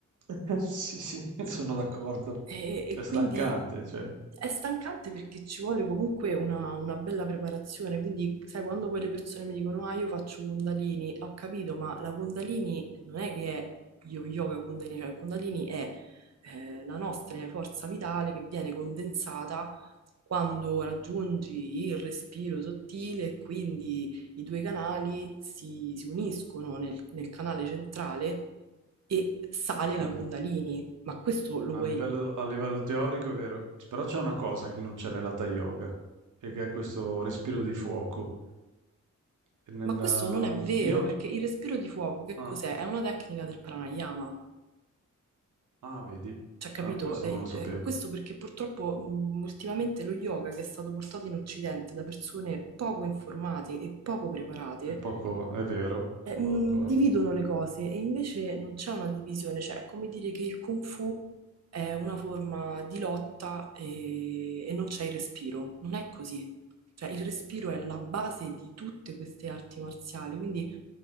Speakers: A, on the right; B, on the right.
A: <laughs> Sì, sì, sono d'accordo.
B: e, e
A: È
B: quindi
A: stancante, cioè
B: è stancante perché ci vuole comunque una, una bella preparazione. Quindi, sai, quando poi le persone mi dicono, ah, io faccio Kundalini, ho capito, ma la Kundalini non è che è yo- yoga Kundalini, cioè il Kundalini è eh, la nostra forza vitale che viene condensata quando raggiungi il respiro sottile, e quindi i due canali si, si uniscono nel nel canale centrale e sale
A: sì,
B: la Kundalini. Ma questo lo
A: a
B: puoi...
A: livello a livello teorico è vero, c però c'è una cosa che non c'è nell'hatha yoga, e che è questo respiro di fuoco. E nel
B: Ma questo
A: mhmm,
B: non è vero,
A: io
B: perché il respiro di fuoco che
A: ah,
B: cos'è? È una tecnica del pranayama.
A: ah, vedi?
B: Cioè, capito?
A: Ah, questo
B: È-
A: non lo sapevo.
B: è questo perché purtroppo mh, ultimamente lo yoga che è stato portato in Occidente da persone poco informate e poco preparate
A: È poco è vero, sono
B: eh, mh,
A: d'accordo.
B: dividono le cose e invece non c'è una divisione, cioè è come dire che il Kung Fu è una forma di lotta e, e non c'è il respiro, non è così. Cioè il respiro è la base di tutte queste arti marziali, quindi